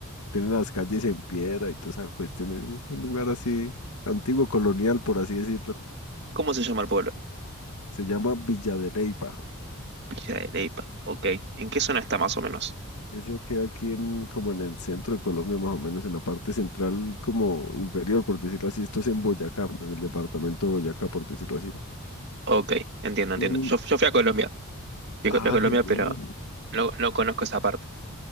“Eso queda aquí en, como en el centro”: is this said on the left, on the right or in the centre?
Left